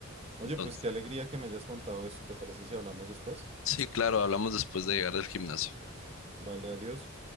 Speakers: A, on the right (about 30°); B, on the left (about 75°).
A: Oye,
B: Entonces,
A: pues qué alegría que me hayas contado esto. ¿Te parece si hablamos después?
B: Sí, claro, hablamos después de llegar del gimnasio.
A: Vale, adiós.